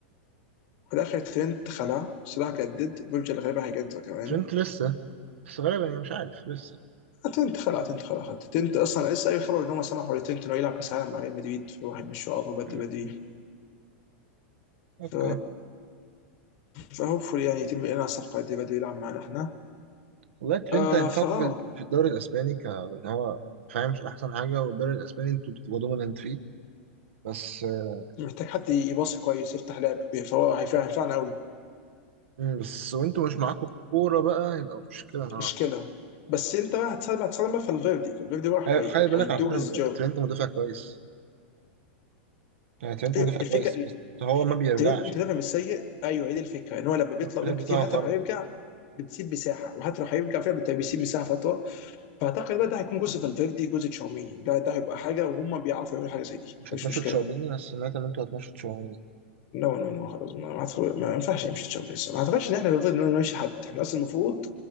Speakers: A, on the left; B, on the right.
A: في الاخر ترينت خلع صلاح جدد بيرجر غالبا هيجدد كمان
B: ترينت لسه بس غالبا يعني مش عارف لسه
A: تنت خلع تنت خلع خدت تنت اصلا لسه اي خبر ان هم سمحوا لتنت انه يلعب كاس العالم مع ريال مدريد فراح يمشوا على طول بدري
B: آه،
A: بدري
B: اوكي
A: ف فهوبفully يعني يتم اعلان الصفقه دي بدري يلعب معانا احنا
B: والله ترينت
A: آه
B: هينفعكوا
A: فاه
B: في في الدوري الاسباني ك... لان هو فاهم مش احسن حاجه والدوري الاسباني انتوا بتبقوا دوميننت فيه بس آه،
A: محتاج حد يباصي كويس يفتح لعب فهو هيفع- هينفعنا قوي
B: مم، بس وانتوا مش معاكوا كورة بقى يبقى مشكلة نوعا
A: مشكله
B: ما
A: بس انت بقى هتساعد هتساعد بقى في الفيردي الفيردي بقى
B: آه،
A: هي-
B: خلي بالك
A: هيدو
B: على فكرة
A: هيز
B: آه،
A: جوب
B: ترينت مدافع كويس آه، ترينت
A: أيوة،
B: مدافع
A: الفكره
B: كويس بس هو ما بيرجعش
A: ترينت دافع مش سيء ايوه هي دي الفكره ان هو لما بيطلع
B: الورك
A: قدام
B: ريت بتاعه
A: كتير حتى
B: خرا
A: لو هيرجع بتسيب مساحه وحتى لو هيرجع فعلا بت- بيسيب مساحه فتره فاعتقد بقى ده هيكون جزء فالفيردي جزء تشاوميني ده ده هيبقى حاجه وهم بيعرفوا يعملوا حاجه زي دي
B: مش
A: مش
B: هتمشوا
A: مشكله
B: تشاوميني انا سمعت ان انتوا هتمشوا تشاوميني
A: نو نو نو خلاص ما ما, أعتقد- ما ينفعش يمشي تشاوميني لسه ما اعتقدش ان احنا المفروض إن نمشي حد احنا اصلا المفروض